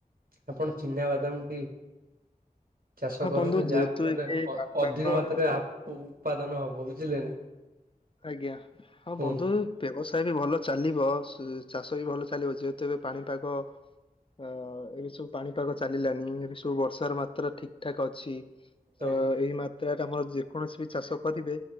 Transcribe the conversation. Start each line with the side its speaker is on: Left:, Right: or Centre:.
Right: ଆପଣ ଚିନା ବାଦାମଟି ଚାଷ
Left: ହଁ
Right: କରନ୍ତୁ,
Left: ବନ୍ଧୁ ଯେହେତୁ
Right: ଯାହା ଫଳରେ
Left: ଏବେ
Right: ଅ-ଅଧିକ
Left: ପାଗ
Right: ମାତ୍ରାରେ ଆପ ଉତ୍ପାଦନ ହବ ବୁଝିଲେ ନା?
Left: ଆଜ୍ଞା। ହଁ
Right: କୁହନ୍ତୁ
Left: ବନ୍ଧୁ ବ୍ୟବସାୟ ବି ଭଲ ଚାଲିବ। ଚାଷ ବି ଭଲ ଚାଲିବ। ଯେହେତୁ ଏବେ ପାଣିପାଗ ଅ ଏବେ ସବୁ ପାଣିପାଗ ଚାଲିଲାନି, ଏବେ ସବୁ ବର୍ଷାର ମାତ୍ରା ଠିକ୍ ଠାକ୍ ଅଛି ତ
Right: ଆଜ୍ଞା।
Left: ଏଇ ମାତ୍ରାରେ ଆମର ଯେକୌଣସି ବି ଚାଷ କରିବେ,